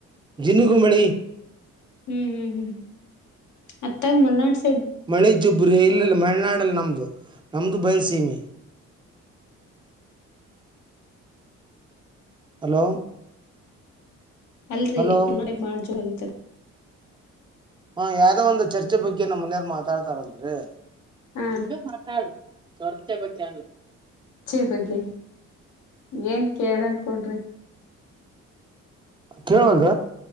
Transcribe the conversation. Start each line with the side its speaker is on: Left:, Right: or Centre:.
Right: ಜನ್ನಗೂಮಿ
Left: ಹ್ಮ್ ಹ್ಮ್ ಹ್ಮ್್ಮ ಅತ್ತಾಗ ಮನ್ನನಾಡ್ಸ
Right: ಮಳೆ ಜುಬ್ರ ಇಲ್ಲಲ್ಲ ಮಳನಾಡಲ್ಲ ನಮ್ದು ನಮ್ದು ಬಯಲ್ ಸೀಮಿ ಹಲೋ
Left: ಅಲ್ರರಿ
Right: ಹಲೋ
Left: ಉಡೆ ಮಾಡಜೋ ಆಗ
Right: ಹ್ಮ ಯಾವ್ದೋ ಒಂದು ಚರ್ಚೆ ಬಗ್ಗೆ ನಮ್ಮ್ ಮನೆಯಾರ್ ಮಾತಾಡ್ತಾರಂದರಿ
Left: ಹಾ
Right: ಹಂಗ ಮಾತಾಡ ಚೊರ್ತೆೆ ಬಕಲ್ಲ
Left: ಅಚಿ ಬಗ್ಗೆ ಏನ್ ಕೇಳನ್ಕಡ್ರಿ
Right: ಕೇಳುವಂತ